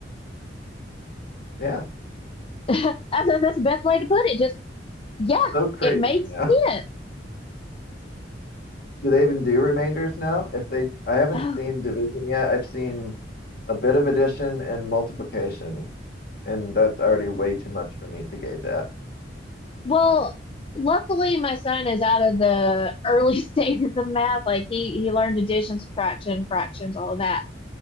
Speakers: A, on the left (about 55°); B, on the left (about 30°).
A: yeah,
B: <laughs> I said that's the best way to put it. Just, yeah,
A: so crazy
B: it made
A: now.
B: sense.
A: <laughs> Do they even do remainders now? If they, I haven't
B: Oh,
A: seen division yet. I've seen a bit of addition and multiplication, and that's already way too much for me to gaze at.
B: well, luckily my son is out of the early <laughs> stages of math. Like he, he learned addition, subtraction, fractions, all of that.